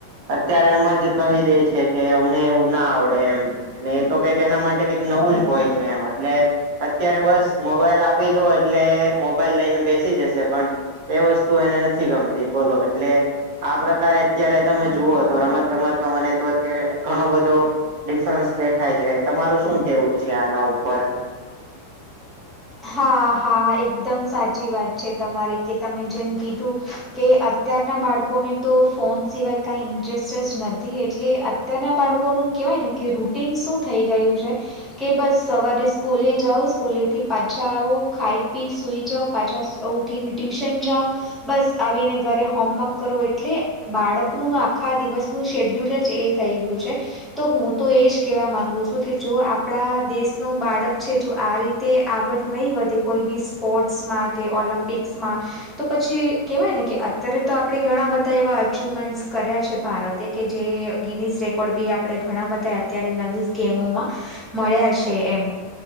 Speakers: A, on the right; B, in the centre.
A: અત્યારે એમ જ કહી દે છે. કે અમને એવું ના આવડે એમ એ તો કઈક એના માટે કઈક નવું જ હોય છે એમ એટલે અત્યારે બસ મોબાઈલ આપી દો એટલે મોબાઈલ લઈને બેસી જશે પણ એ વસ્તુ એને નથી ગમતી બોલો એટલે આ પ્રકારે અત્યારે તમે જુઓ તો રમત ગમતમાં મને તો અત્યારે ઘણો બધો ડિફરન્સ દેખાય છે તમારું શું કેવું. છે આના ઉપર
B: હા હા એકદમ સાચી વાત છે તમારી કે તમે જેમ કીધું. કે અત્યારના બાળકોને તો ફોન સિવાય કાંઈ ઇન્ટરેસ્ટ જ નથી એટલે અત્યારના બાળકોનું હું કેવાય ને કે રૂટીન શું થઈ ગયું છે કે બસ સવારે સ્કૂલે જાઓ સ્કૂલે થી પાછા આવો ખાઈ પી સુઈ જાઓ પાછા ઉઠીને ટ્યુશન જાઓ બસ આવીને ઘરે હોમવર્ક કરવો એટલે બાળકનું આખા દિવસનું શેડ્યુલ જ એ થઈ ગયું છે. તો હું તો એજ કેવા માંગુ છું કે જો આપણા દેશ ન બાળક છે જો આ રીતે આગળ નહીં વધે કોઈ બી સ્પોર્ટ્સમાં કે ઓલમ્પિક્સમા તો પછી કેવાય ને કે અત્યારે તો આપણેે ઘણા બધા એવા અચવમેન્ટ કર્યા છે, ભારત કે જે ગિનીસ રેકોર્ડ બી આપે ઘણા બધા અત્યારે નવી ગેમોમા મળ્યા છે, એમ